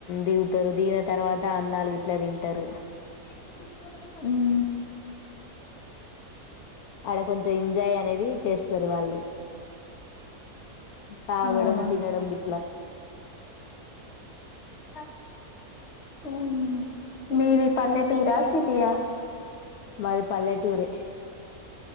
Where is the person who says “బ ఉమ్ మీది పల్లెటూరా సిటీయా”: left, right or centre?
Left